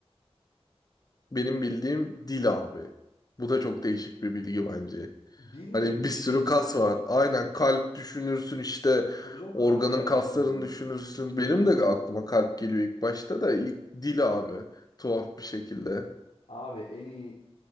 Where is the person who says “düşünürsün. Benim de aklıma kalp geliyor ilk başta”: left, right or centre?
Left